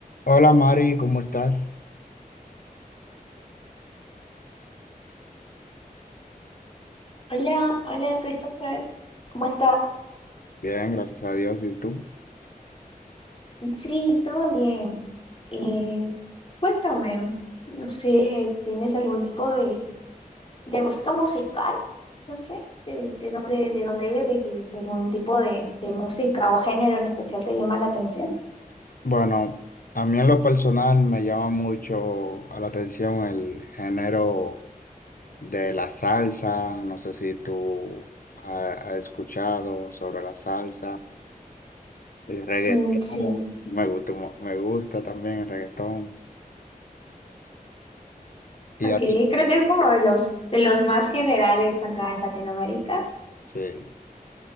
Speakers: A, on the left (about 70°); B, on the left (about 35°).
A: Hola Mari, ¿cómo estás?
B: Hola, hola Christopher, ¿cómo estás?
A: Bien, gracias a Dios. ¿Y tú?
B: Sí, todo bien. Eh, cuéntame, no sé, ¿tienes algún tipo de, de gusto musical? No sé, de, de dónde, de dónde eres y si algún tipo de, de música o género en especial te llama la atención.
A: Bueno, a mí en lo personal me llama mucho a la atención el género de la salsa. No sé si tú ha- has escuchado sobre la salsa, el reggaetón.
B: Mm, sí,
A: Me gusta, mu- me gusta también el reggaetón. ¿Y
B: ok,
A: a ti?
B: creo que es como de los, de los más generales acá en Latinoamérica.
A: Sí.